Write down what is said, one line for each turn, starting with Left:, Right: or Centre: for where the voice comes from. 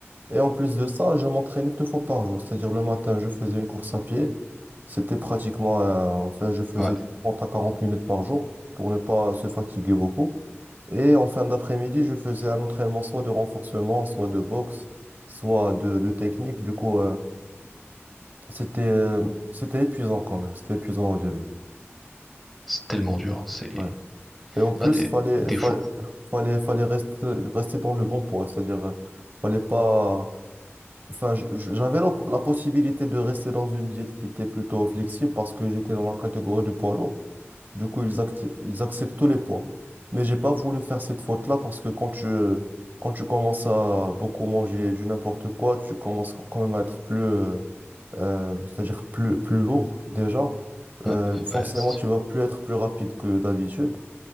Right: Et en plus de ça, je m'entraînais deux fois par jour. C'est-à-dire le matin, je faisais une course à pied. C'était pratiquement, euh, enfin, je faisais
Centre: Ouais.
Right: du 30 à 40 minutes par jour pour ne pas se fatiguer beaucoup. Et en fin d'après-midi, je faisais un entraînement soit de renforcement, soit de boxe, soit de, de technique. Du coup, euh, c'était euh, c'était épuisant quand même. C'était épuisant au début.
Centre: C'est tellement dur. C'est
Right: Ouais. Et en plus,
Centre: Moi, des,
Right: fallait
Centre: des
Right: fallait
Centre: fois.
Right: fallait, fallait rester rester dans le bon poids, c'est-à-dire euh, fallait pas. Enfin, je- je- j'avais la, la possibilité de rester dans une diète qui était plutôt flexible parce que j'étais dans la catégorie de poids lourd. Du coup, ils, acti- ils acceptent tous les poids. Mais j'ai pas voulu faire cette faute-là parce que quand tu, quand tu commences à beaucoup manger du n'importe quoi, tu commences quand même à être plus, euh, euh, c'est-à-dire plus, plus lourd déjà.
Centre: Ouais,
Right: Euh, forcément,
Centre: ouais, c'est
Right: tu vas plus être plus rapide que d'habitude.